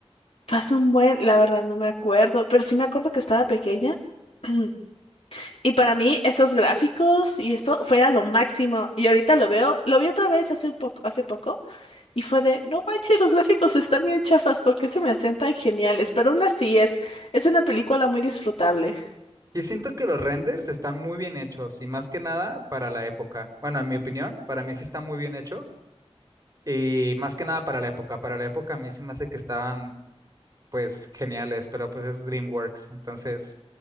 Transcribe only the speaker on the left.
pasó un buen, la verdad no me acuerdo, pero sí me acuerdo que estaba pequeña <clears throat> Y para mí esos gráficos y esto fuera lo máximo. Y ahorita lo veo, lo vi otra vez hace un poco, hace poco y fue de, no manches, los gráficos están bien chafas, ¿por qué se me hacían tan geniales? Pero aún así es, es una película muy disfrutable.